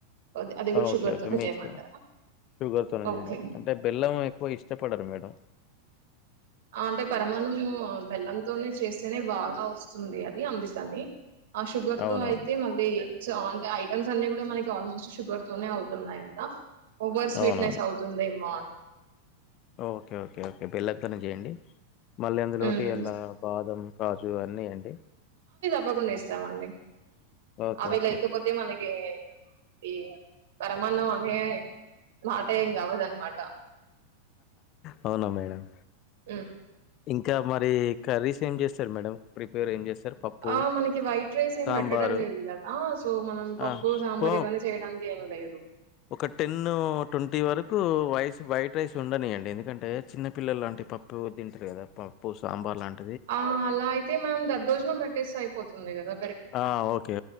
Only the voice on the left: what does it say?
ఓకే
ఓకే
మీ
ఇష్టం షుగర్తోనే
చేయండి అంటే బెల్లం ఎక్కువ ఇష్టపడరు మేడం
అవునవును
అవునవును
ఓకే ఓకే ఓకే బెల్ంతన చేయండి మళ్ళీ అందులోటి
అలా బాదం కాజు అన్నీ అండి
ఓకే
ఓకే
అవునా మేడం
ఇంకా ఇంకా మరి కర్రీస్ ఏం చేస్తారు మేడం ప్రిపేర్ ఏం చేస్తారు పప్పు
సాంబారు
ఆ
కో
ఒక టెన్ ట్వంటీ వరకు వైస్ వైట్ రైస్ ఉండని అండి ఎందుకంటే చిన్న పిల్లలు లాంటి పప్పు తింటారు కదా పప్పు సాంబార్ లాంటి
ఆ ఓకే